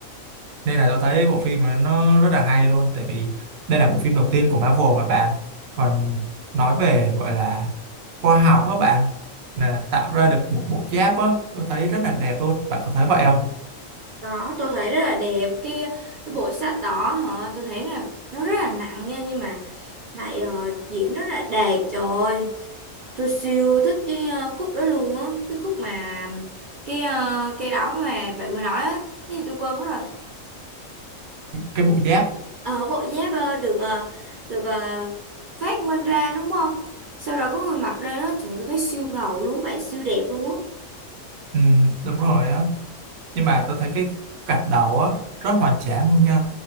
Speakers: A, on the right (about 80°); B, on the right (about 60°).
A: nên là tôi thấy bộ phim này nó rất là hay luôn tại vì đây là bộ phim đầu tiên của Marvel mà bạn còn nói về gọi là khoa học á bạn là tạo ra được một bộ giáp á tôi thấy rất là đẹp luôn bạn có thấy vậy không
B: đó tôi thấy rất là đẹp cái cái bộ sách đó hả tôi thấy là nó rất là nặng nha nhưng mà lại ờ, diễn rất là đẹp trời ơi tôi siêu thích cái ờ, khúc đó luôn á cái khúc mà cái ờ, cái đó mà bạn mới nói á cái gì tôi quên mất rồi
A: cái bộ giáp
B: ờ bộ giáp ờ, được ờ, được ờ, phát minh ra đúng không sau đó có người mặc lên đó trời ơi, tôi thấy siêu ngầu luôn bạn siêu đẹp luôn á
A: ừ, đúng rồi á nhưng mà tôi thấy cái cạch đầu á rất hoành tráng luôn nha